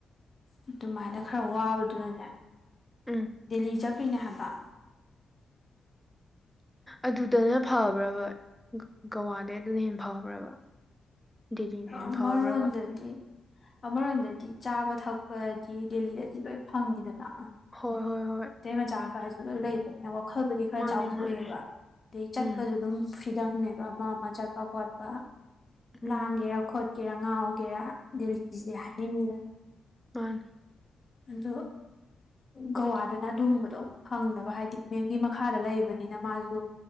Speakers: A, on the left; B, in the centre.
A: ꯑꯗꯨꯃꯥꯏꯅ ꯈꯔ ꯋꯥꯕꯗꯨꯅꯅꯦ
B: ꯎꯝ
A: ꯗꯦꯜꯂꯤ ꯆꯠꯈ꯭ꯔꯤꯅꯦ ꯍꯥꯏꯕ
B: ꯑꯗꯨꯗꯅ ꯐꯕ꯭ꯔꯕ ꯒꯋꯥꯗꯩ ꯑꯗꯨꯅ ꯍꯦꯟꯅ ꯐꯕ꯭ꯔꯕ ꯗꯦꯜꯂꯤꯅ ꯍꯦꯟꯅ
A: ꯑꯃꯔꯣꯟꯗꯗꯤ
B: ꯐꯕ꯭ꯔꯕ
A: ꯑꯃꯔꯣꯝꯗꯗꯤ ꯆꯥꯕ ꯊꯛꯄꯗꯤ ꯗꯦꯜꯂꯤꯗꯗꯤ ꯂꯣꯏ ꯐꯪꯉꯤꯗꯅ
B: ꯍꯣꯏ ꯍꯣꯏ ꯍꯣꯏ
A: ꯃꯩꯇꯩ ꯃꯆꯥ ꯀꯔꯁꯨ ꯂꯣꯏ ꯂꯩꯕꯅꯤꯅ ꯋꯥꯈꯜꯕꯨꯗꯤ ꯈꯔ
B: ꯃꯥꯅꯦ
A: ꯆꯥꯎꯊꯣꯛꯑꯦꯕ
B: ꯃꯥꯅꯦ
A: ꯑꯗꯩ ꯆꯠꯄꯁꯨ
B: ꯎꯝ
A: ꯑꯗꯨꯝ ꯐ꯭ꯔꯤꯗꯝꯅꯦꯕ ꯑꯃ ꯑꯃ ꯆꯠꯄ ꯈꯣꯠꯄ
B: ꯎꯝ
A: ꯂꯥꯟ <unintelligible> ꯈꯣꯠꯀꯦꯔꯥ ꯉꯥꯎꯒꯦꯔꯥ ꯗꯦꯜꯂꯤꯁꯤꯗꯤ ꯍꯥꯏꯅꯤꯡꯉꯤꯗꯅ
B: ꯃꯅꯦ
A: ꯑꯗꯣ ꯒꯋꯥꯗꯅ ꯑꯗꯨꯒꯨꯝꯕꯗꯣ ꯐꯪꯗꯅꯕ ꯍꯥꯏꯗꯤ ꯃꯦꯝꯒꯤ ꯃꯈꯥꯗ ꯂꯩꯕꯅꯤꯅ ꯃꯥꯁꯨ